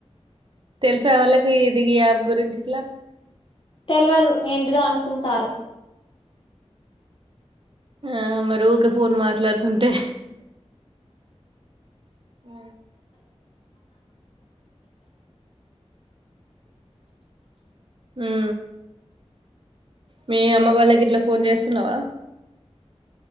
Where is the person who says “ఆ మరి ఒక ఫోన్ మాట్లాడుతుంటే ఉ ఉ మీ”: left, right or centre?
Right